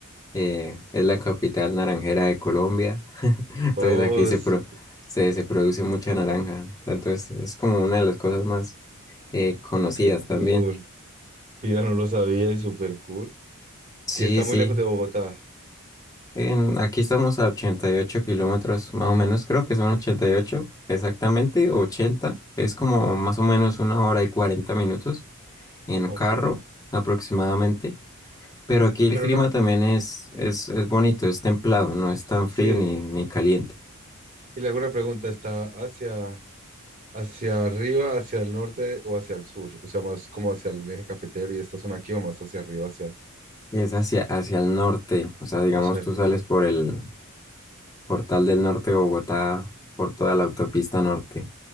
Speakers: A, on the left; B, on the right.
A: eh, es la capital naranjera de Colombia. Entonces
B: Oh,
A: aquí se,
B: es
A: pro-
B: súper-
A: se, se produce mucha naranja. Entonces es como una de las cosas más eh, conocidas
B: qué cool.
A: también.
B: Mira, no lo sabía y súper cool.
A: Sí,
B: Y está
A: sí.
B: muy lejos de Bogotá.
A: En- aquí estamos a 88 kilómetros, más o menos, creo que son 88 exactamente, ochenta Es como más o menos una hora y 40 minutos en
B: Ok.
A: carro aproximadamente. Pero aquí el
B: Pero
A: clima
B: una,
A: también es, es, es bonito, es templado, no es tan
B: sí.
A: frío ni, ni caliente.
B: Y le hago una pregunta, ¿está hacia, hacia arriba, hacia el norte o hacia el sur? O sea, más como hacia el eje cafetero y esta zona aquí o más hacia arriba, hacia,
A: Es hacia, hacia el norte, o sea, digamos,
B: hacia
A: tú
B: el...
A: sales por el, Portal del Norte de Bogotá por toda la autopista norte